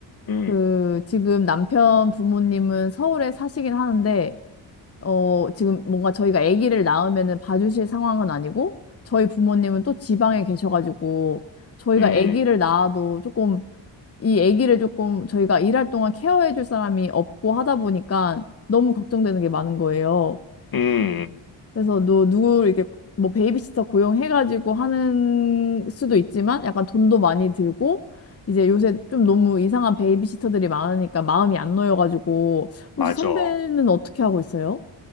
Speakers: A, on the left; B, on the left.
A: 음,
B: 그 지금 남편 부모님은 서울에 사시긴 하는데 어 지금 뭔가 저희가 아기를 낳으면은 봐주실 상황은 아니고 저희 부모님은 또 지방에 계셔가지고 저희가
A: 음,
B: 아기를 낳아도 조금 이 아기를 조금 저희가 일할 동안 케어해줄 사람이 없고 하다 보니까 너무 걱정되는 게 많은 거예요.
A: 음,
B: 그래서 누, 누구 이렇게 뭐 베이비시터 고용해가지고 하는 수도 있지만 약간 돈도 많이 들고 이제 요새 좀 너무 이상한 베이비시터들이 많으니까 마음이 안 놓여가지고
A: 맞아.
B: 혹시 선배는 어떻게 하고 있어요?